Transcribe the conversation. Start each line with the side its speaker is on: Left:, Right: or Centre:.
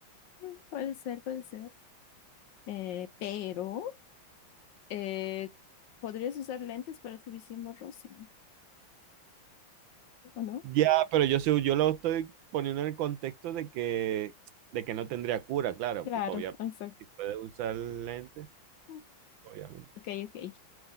Left: Mm, Puede ser, puede ser. Eh, pero eh, podrías usar lentes para tu visión borrosa, ¿o no?
Right: Ya, pero yo, sé- yo lo estoy poniendo en el contexto de que, de que no tendría cura, claro,
Left: Claro,
Right: porque obviamente
Left: exacto.
Right: si puede usar lentes,
Left: Mm.
Right: obviamente.
Left: Ok, ok.